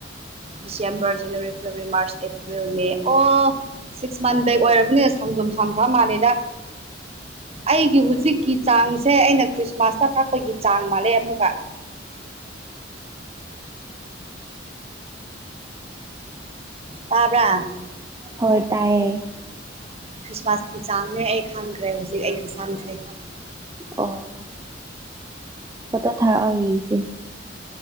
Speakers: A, on the right (about 35°); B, on the right (about 20°).
A: December January February March April May ꯑꯣ ꯁꯤꯛꯁ ꯃꯟ ꯕꯦꯛ ꯑꯣꯏꯔꯕꯅꯦ ꯁꯪꯗꯣꯝ ꯁꯥꯡ ꯈꯔ ꯃꯥꯜꯂꯦꯗ ꯑꯩꯒꯤ ꯍꯨꯖꯤꯛꯀꯤ ꯆꯥꯡꯁꯦ ꯑꯩꯅ ꯈ꯭ꯔꯤꯁꯃꯥꯁꯇ ꯀꯥꯛꯄꯒꯤ ꯆꯥꯡ ꯃꯥꯜꯂꯦ ꯑꯃꯨꯛꯀ ꯇꯥꯕ꯭ꯔ
B: ꯍꯣꯏ ꯇꯥꯏꯌꯦ
A: ꯈ꯭ꯔꯤꯁꯃꯥꯁꯀꯤ ꯆꯥꯡꯅꯦ ꯑꯩ ꯈꯪꯈ꯭ꯔꯦ ꯍꯧꯖꯤꯛ ꯑꯩꯒꯤ ꯁꯝꯁꯦ
B: ꯑꯣ ꯄꯠꯇꯣ ꯊꯥꯔꯛꯑꯣ ꯌꯦꯡꯁꯦ